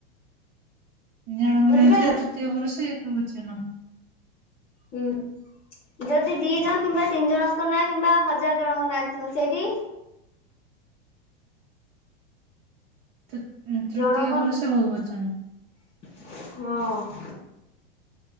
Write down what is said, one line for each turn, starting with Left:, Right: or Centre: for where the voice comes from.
Right: ଜଣଙ୍କ
Left: ବୁଝିପାରିଲ
Right: ନାଁ ଥିଲେ ତୃତୀୟ ପୁରୁଷ ଏକ ବଚନ।
Left: ହୁଁ। ଯଦି ଦି ଜଣ କିମ୍ବା ତିନି ଜଣଙ୍କ ନାଁ କିମ୍ବା ହଜାର ଜଣଙ୍କ ନାଁ ଥିବ ସେଇଠି।
Right: ତ ତୃତୀୟ
Left: ଜଣକ
Right: ପୁରୁଷ ବହୁ ବଚନ।
Left: ହଁ।